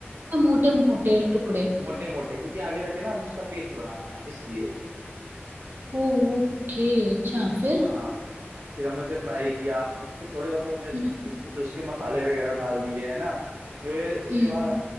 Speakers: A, on the right (about 55°); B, on the right (about 70°).
A: मोटे मोटे टुकड़े
B: मोटे मोटे क्योंकि आगे जाके ना हमें उसका पेस्ट बनाना है इसलिए
A: ओ ओके अच्छा फिर
B: हाँ फिर हमने उसे फ्राई किया फिर थोड़े बहुत हमने
A: हम्म
B: उ- उस, उसके मसाले वगैरह डाल दिए है ना फिर उसके
A: हम्म।
B: बाद